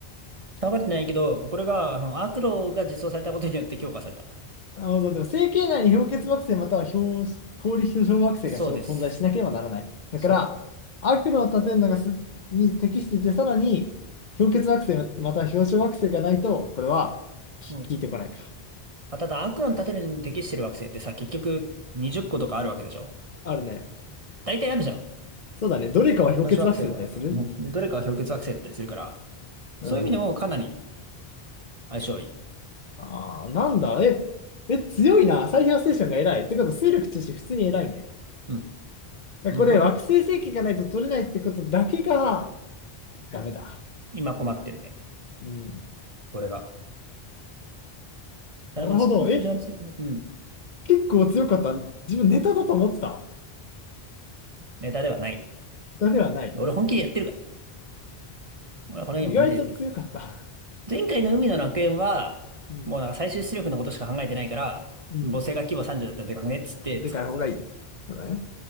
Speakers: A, on the right; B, on the left.
A: 下がれてないけど、これが、あの、アークロが実装されたことによって強化された。
B: あの、でも、星系内に氷結惑星または氷、氷結晶惑星がしょ存在しなければならない。
A: そうです。
B: だから、
A: そ
B: アーク炉を建てるのがすに適していて、さらに、氷結惑星または氷晶惑星がないと、これは、き聞いてこないか。
A: う。うん。あ、ただ、アークロの建てるのに適してる惑星ってさ、結局20個とかあるわけでしょ。
B: あるね。
A: 大体あるじゃん。
B: そうだね。どれかは氷結惑星だったりする
A: 男子惑星は、<laughs> どれかは氷結惑星だったりするから、
B: うん。
A: そういう意味でもかなり相性はいい。
B: ああ、なんだ、え、え、強いな。最強ステーションが偉い。ってことは、水力中心普通に偉いね。
A: うん。うん
B: これ、惑星星系がないと取れないってことだけが、ダメだ。
A: 今困ってるね。
B: うん。
A: 俺が。ただ、
B: なるほど。
A: マステリング駐車場ついてる。
B: え、
A: うん。
B: 結構強かった。自分ネタだと思ってた。
A: ネタではない。
B: ネタではない。
A: 俺本気でやってるから。俺はこのゲーム本気でやってる。
B: 意外と強かった。
A: 前回の海の楽園は、
B: うん。
A: もうなんか最終出力のことしか考えてないから、
B: うん。
A: 母性が規模30だったらでかくねっつって使ってた。
B: でかい方がいい。そうだね。